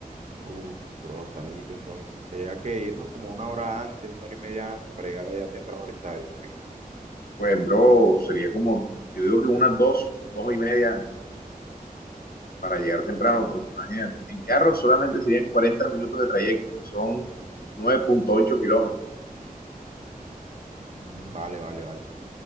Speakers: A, on the right; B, on the left.
A: Uf, bro, está lejito entonces. Sería que irnos como una hora antes, una hora y media antes para llegar allá temprano al estadio. ¿ok?
B: Pues, bro, sería como, yo digo que unas dos, dos y media para llegar temprano, porque imagínate, en carro solamente serían 40 minutos de trayecto y son nueve punto ocho kilómetros.
A: Mm, vale, vale, vale.